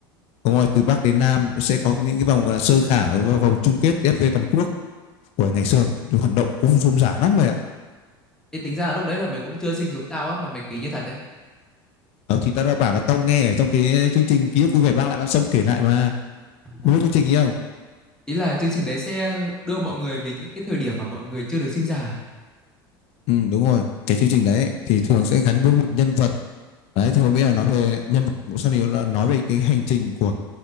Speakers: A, on the left; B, in the centre.
A: đúng rồi từ bắc đến nam sẽ có những cái vòng gọi là sơ khảo và vòng chung kết FV toàn quốc của ngày xưa hoạt động cũng rôm rả lắm vậy ạ
B: Thì tính ra là lúc đấy là mày cũng chưa sinh giống tao á mà mày kể như thật đấy.
A: Ờ, thì ta đã bảo là tao nghe ở trong cái chương trình ký ức vui vẻ mang lại bạn sông kể lại mà
B: À,
A: mới biết chương trình ý không
B: ý là chương trình đấy sẽ đưa mọi người về những cái thời điểm mà mọi người chưa được sinh ra. à?
A: ừ đúng rồi cái chương trình đấy thì thường sẽ gắn với một nhân vật đấy thì hôm ấy là nói về nhân vật sau này là nói về cái hành trình của